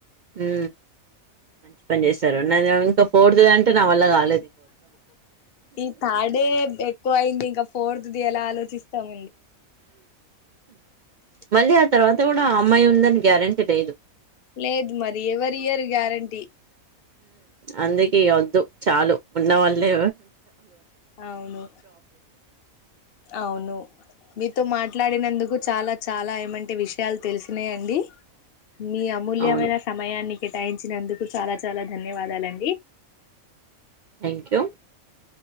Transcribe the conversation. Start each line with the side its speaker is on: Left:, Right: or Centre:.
Right: ఉ మంచి పని చేస్తారు నాది ఇంకా ఫోర్త్ తుదంటే నా వల్ల కాల
Left: ఈ థర్డ్డే ఎక్కువ అయింది ఇంకా ఫోర్త్ది ఎలా ఆలోచిస్తాం
Right: మళ్ళీ ఆ తర్వాత కూడా ఆ అమ్మాయి ఉందని గ్యారెంటీ లేదు
Left: లేదు మరి ఎవరు ఇయర్ గ్యారంటీ
Right: అందుకే ఇగ వద్దు చాలు వద్దు ఉన్నవాళ్ళే
Left: అవును అవును మీతో మాట్లాడినందుకు చాలా చాలా ఏమంటే విషయాలు తెలిసినాయి అండి మీ అమూల్యమైన
Right: అవును
Left: సమయానికి కేటాయించినందుకు చాలా చాలా ధన్యవాదాలండి
Right: థ్యాంక్ యూ